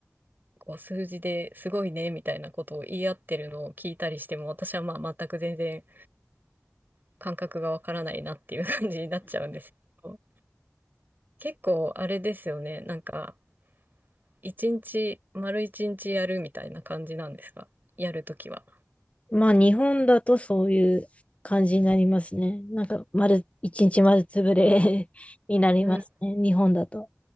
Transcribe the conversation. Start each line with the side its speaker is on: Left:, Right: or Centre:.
Right: こう数字ですごいねみたいなことを言い合ってるのを聞いたりしても、私はまあ全く全然感覚がわからないなっていう感じになっちゃうんですけど、結構あれですよね、なんか、一日、丸一日やるみたいな感じなんですかやるときは。
Left: まあ日本だとそういう感じになりますね。なんか丸、一日丸潰れ <laughs> になりますね。
Right: うん。
Left: 日本だと。